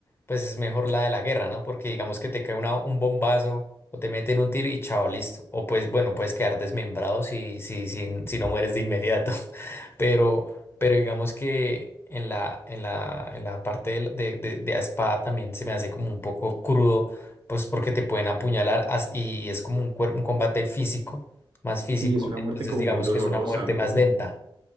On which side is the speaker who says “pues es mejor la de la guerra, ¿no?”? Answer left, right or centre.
Left